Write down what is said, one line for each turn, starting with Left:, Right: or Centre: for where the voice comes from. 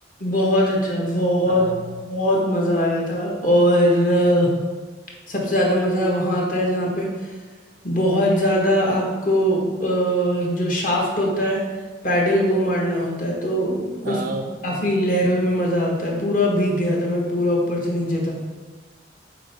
Left: बहुत अच्छा बहुत
Right: हाँ हाँ हाँ
Left: बहुत मज़ा आया था और अ, सबसे ज़्यादा मज़ा वहाँ आता है जहाँ पे बहुत ज़्यादा आपको अ, जो शाफ्ट होता है पैडल वो मारना होता है तो
Right: हाँ
Left: उसमें काफ़ी लहरों में मज़ा आता है पूरा भीग गया था मैं पूरा ऊपर से नीचे तक